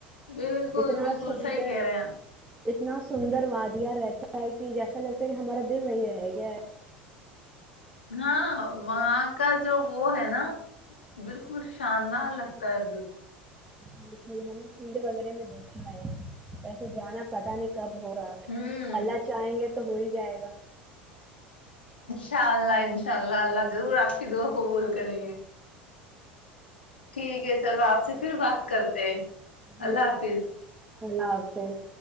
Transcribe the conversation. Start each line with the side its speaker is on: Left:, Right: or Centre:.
Left: بالکل
Right: اتنا
Left: بالکل
Right: سندر
Left: صحیح کہہ رہے ہیں آپ
Right: اتنا سندر وادیاں رہتی لتا کہ جیسا لگتا ہے کہ ہمارا دل وہی رہ گیا
Left: ہاں ہ وہاں کا جو وہ ہے نا بالکل شاندار لگتا ہے وو
Right: بالکل ہمیں سیر وغیرہ میں دیکھا ہے وسے جانا پتا نہیں کب ہوگا
Left: ہوں
Right: اللہ چاہیں گے تو ہو ہی جائے گا
Left: چال ال لائ <unintelligible> اناء اللہ اللہضرور آپ کی دعا کو بول کریں گے ٹھیک ہے چلو آپ سے پھر بات کرتے
Right: ج
Left: اللہ حافظ
Right: پنا ہوتے <unintelligible>